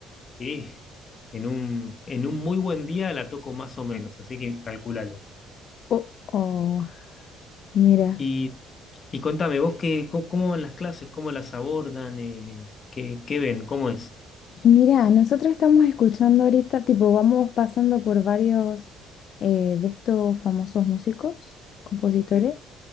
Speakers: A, on the left; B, on the left.
A: y en un, en un muy buen día la toco más o menos, así que calculale.
B: Oh, oh, mira,
A: Y, y contame, vos qué, co- cómo van las clases, cómo las abordan, eh, qué, qué ven, cómo es.
B: mira, nosotros estamos escuchando ahorita, tipo, vamos pasando por varios eh, de estos famosos músicos, compositores.
A: Sí.